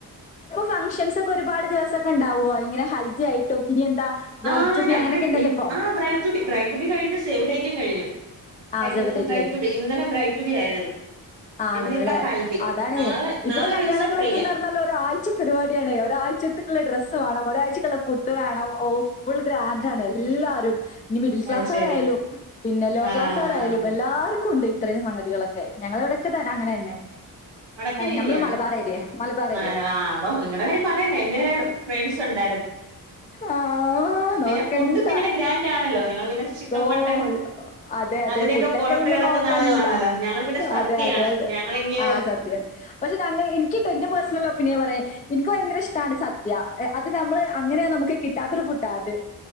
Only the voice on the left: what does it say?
ഫങ്ഷൻസ് ഒക്കെ ഒരുപാട് ദിവസൊക്കെ ഉണ്ടാവോ ഇങ്ങെ ഹൽദി ആയിട്ടും ഇനി എന്താ ബ്രൈഡ്
ടു ബി
അങ്ങനെയൊക്കെ ഉണ്ടല്ലോ ഇപ്പൊ
ആ
സേവ്
ദ ഡേറ്റ്
ആണല്ലെ
അതാണേ
ഇപ്പത്തെ
കല്യാണക്കിലേക്കന്ന്
പറഞ്ഞാല് ഒരാഴ്ച പരിപാടിയാണ് ഒരാഴ്ച ഡ്രസ്സ് വേണം ഒരാഴ്ചക്കുള്ള ഫുഡ് വേണം ഓ ഫുൾ ഗ്രാൻഡ് ആണ് എല്ലാരും. ഇനി മിഡിൽ ക്ലാസ്കാരായാലും
പിന്നെ ലോ
ക്ലാസ്കാരായാലും എല്ലാവർക്കും ഉണ്ട് ഇത്രയും സംഗതികളൊ ഞങ്ങള എവിടക്കക്ക് തരാ അങ്ങനെ തന്നെ.
നമ്മൾ മലബാർ ഏരിയ മലബാർ ഏരിയ
ആ നോക്കണ്ട
തോൾ
അതെ അതെ
ഫുഡൊക്കെ
പിന്നെ
നോക്കണ്ട.
അതെ അതെ അതെ
ആ സത്യം പക്ഷെ ഞ എനക്ക്ട്ടോ എന്റെ പേഴ്സണൽ ഒപ്പീനിയൻ പറയാ എനിക്ക് ഭയങ്കര ഇഷ്ടമാണ് സദ്യ അത് നമ്മള് അങ്ങനെയ നമുക്ക് കിട്ടാത്തൊരു ഫുഡാ അത്.